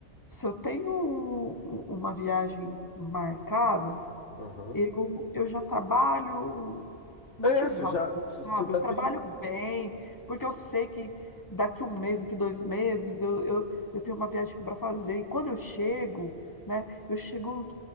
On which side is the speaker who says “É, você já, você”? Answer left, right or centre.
Left